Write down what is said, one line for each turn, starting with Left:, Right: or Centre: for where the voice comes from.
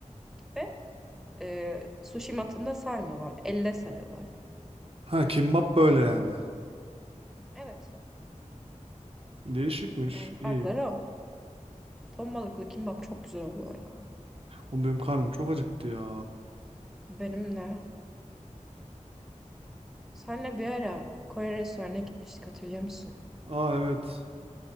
Centre: Ve e, sushi matında sarmıyorlar. Elle sarıyorlar.
Right: Ha kimbap böyle yani.
Centre: Evet.
Right: Değişikmiş.
Centre: Yani farkları
Right: İyi.
Centre: o. Ton balıklı kimbap çok güzel oluyor ya.
Right: O benim karnım çok acıktı ya.
Centre: Benim de. Senle bir ara Kore restoranına gitmiştik hatırlıyor musun?
Right: Aa evet.